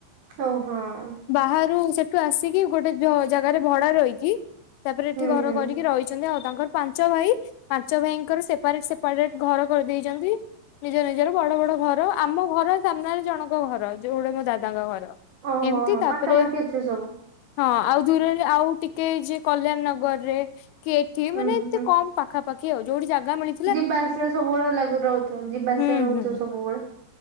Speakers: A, on the right; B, on the left.
A: ଓହୋ ହଁ।
B: ବାହାରୁ ସେଠ ସେଠୁ ଆସିକି ଗୋଟେ ଜାଗାରେ ଭଡା ରହିକି ତାପରେ ଏଠି
A: ହୁଁ
B: ଘର
A: ହୁଁ
B: କରିକି ରହିଛନ୍ତି ଆଉ ତାଙ୍କର ପାଞ୍ଚଭାଇ ପାଞ୍ଚ ଭାଇଙ୍କର ସେପାରେଟ ସେପାରେଟ ଘର କରିଦେଇଛନ୍ତି। ନିଜ ନିଜର ବଡ଼ ବଡ଼ ଘର ଆମ ଘର ସାମ୍ନାରେ ଜଣଙ୍କ ଘର ଯୋଉ ଗୁଡା ମୋ ଦାଦାଙ୍କ ଘର।
A: ଓହୋ
B: ଏମତି
A: ହଁ
B: ତାପରେ
A: ପାଖାପାଖି ଅଛି ସବୁ
B: ହଁ ଆଉ ଦୂରରେ ଆଉ ଟିକେ ଯିଏ କଲ୍ୟାଣ ନଗରରେ କି ଏଠି
A: ହୁଁ
B: ମାନେ
A: ହୁଁ
B: ଏତେ
A: ହୁଁ।
B: କମ୍ ପାଖାପାଖି ଆଉ ଯୋଉଠି ଜାଗା ମିଳି
A: ଯିବା ଆସିବା ସବୁବେଳେ ଲାଗୁ ରହୁଥିବ ଯିବା
B: ହୁଁ
A: ଆସିବା ରହୁଥିବ
B: ହୁଁ।
A: ସବୁବେଳେ